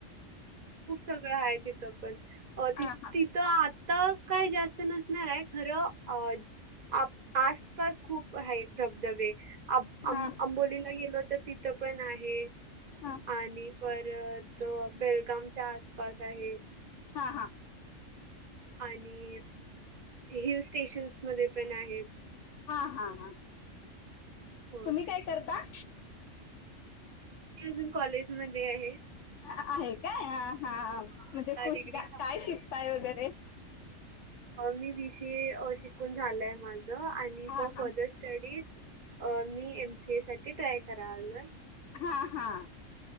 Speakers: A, on the right (about 35°); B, on the left (about 75°).
A: खूप सगळं आहे तिथं पण अ
B: हा
A: ति तिथं तर काय जास्त नसणार आहे खरं अ आसपास खूप. आहेत धबधबे आब
B: हा
A: अंबोलीला
B: हा
A: गेलो तर तिथं पण आहे.
B: हा.
A: आणि परत बेलगामच्या आसपास आहे.
B: हा हा.
A: आणि हिल स्टेशन्स मध्ये पण आहेत.
B: हा हा हा
A: होय
B: तुम्ही काय करता.
A: मी अजून कॉलेज मध्ये आहे.
B: आहे काय हा
A: अ,
B: म्हणजे
A: आता
B: कुठला
A: डिग्री संपल्यावर
B: काय शिकताय वगैरे.
A: मी बीसी ए शिकून झालंय माझं आणि
B: हा
A: फॉर
B: हा
A: फर्दर स्टडीज मी एमसी ए साठी ट्राय कराल.
B: हा हा